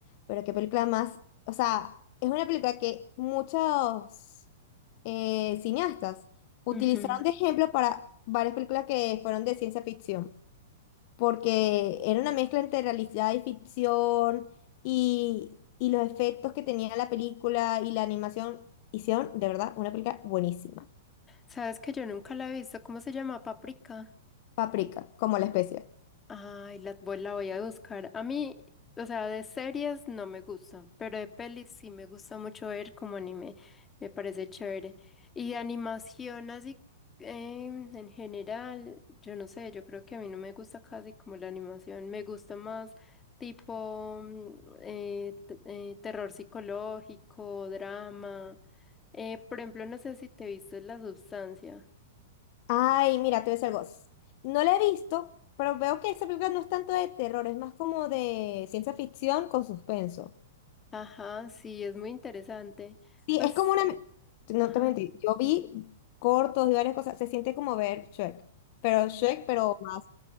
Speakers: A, on the left; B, on the left.
A: pero qué película más, o sea, es una película que muchos eh, cineastas Utilizaron
B: ujú.
A: de ejemplo para varias películas que fueron de ciencia ficción, porque era una mezcla entre realidad y ficción y, y los efectos que tenía la película y la animación. Hicieron, de verdad, una película buenísima.
B: ¿Sabes que yo nunca la he visto? ¿Cómo se llama? Paprika.
A: Paprika, como la especie.
B: Ay, la, voy- la voy a buscar. A mí, o sea, de series no me gusta, pero de pelis sí me gusta mucho ver como anime. Me parece chévere. Y de animación así em, en general, yo no sé, yo creo que a mí no me gusta casi como la animación. Me gusta más tipo mm, eh, t- eh, terror psicológico, drama. Eh, por ejemplo, no sé si te viste La Sustancia.
A: Ay, mira, te voy a decir algo. No la he visto, pero veo que esa película no es tanto de terror, es más como de ciencia ficción con suspenso.
B: Ajá, sí, es muy interesante.
A: Sí,
B: Pues...
A: es como una... No
B: Ajá.
A: te mentí, yo vi cortos y varias cosas, se siente como ver Shrek, pero Shrek, pero más,